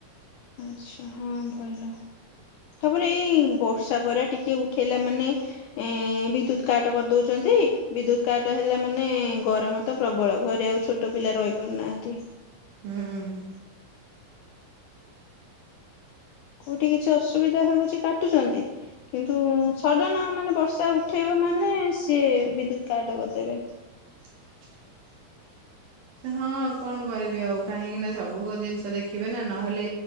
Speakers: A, on the left; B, on the right.
A: ଆଛା ହଁ ଭଲ। ତାପରେ ଏଇ ବର୍ଷା ପରା ଟିକେ ଉଠେଇଲା ମାନେ ଏ ବିଦ୍ୟୁତ କାଟ କରିଦଉଛନ୍ତି ବିଦ୍ୟୁତ କାଟ ହେଲା ମାନେ ଗରମ ତ ପ୍ରବଳ ଘରେ ଆଉ ଛୋଟ ଛୋଟ ପିଲା ରହିପାରୁନାହାନ୍ତି।
B: ହୁଁ।
A: କୋଉଠି କିଛି ଅସୁବିଧା ହଉଛି କାଟୁଛନ୍ତି। କିନ୍ତୁ ସଡ଼ନ ମାନେ ବର୍ଷା ଉଠେଇବ ମାନେ ସିଏ ବିଦ୍ୟୁତ କାଟ କରିଦେବେ।
B: ହ। <unintelligible> ଯେ ହଁ କଣ କରିବି ଆଉ କାହିଁକି ନା ସବୁ ଜିନିଷ ଦେଖିବେ ନା ନହେଲେ